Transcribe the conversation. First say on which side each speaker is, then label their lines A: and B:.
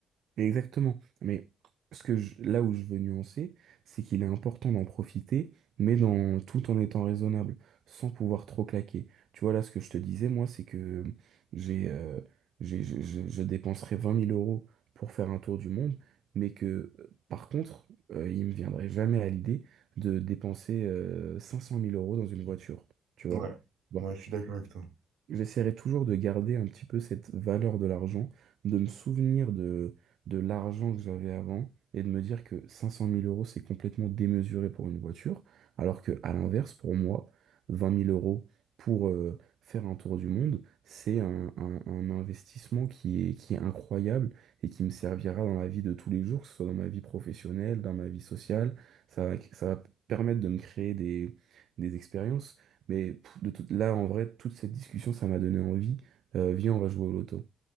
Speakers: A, on the right (about 70°); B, on the right (about 90°).
A: Exactement. Mais ce que je- là où je veux nuancer, c'est qu'il est important d'en profiter, mais dans, tout en étant raisonnable, sans pouvoir trop claquer. Tu vois, là, ce que je te disais, moi, c'est que j'ai, euh, j'ai, je, je- je dépenserais 20 000 euros pour faire un tour du monde, mais que, euh, par contre, euh, il me viendrait jamais à l'idée de dépenser, euh, 500 000 euros dans une voiture. Tu vois?
B: Ouais,
A: Bon.
B: ouais, je suis d'accord avec toi.
A: J'essaierai toujours de garder un petit peu cette valeur de l'argent, de me souvenir de de l'argent que j'avais avant et de me dire que 500 000 euros, c'est complètement démesuré pour une voiture, alors que à l'inverse, pour moi, 20 000 euros pour euh, faire un tour du monde, c'est un, un- un investissement qui est, qui est incroyable et qui me servira dans la vie de tous les jours, que ce soit dans ma vie professionnelle, dans ma vie sociale. Ça va, ça va permettre de me créer des, des expériences. Mais pff, de tout- là, en vrai, toute cette discussion, ça m'a donné envie. Euh, viens, on va jouer au loto.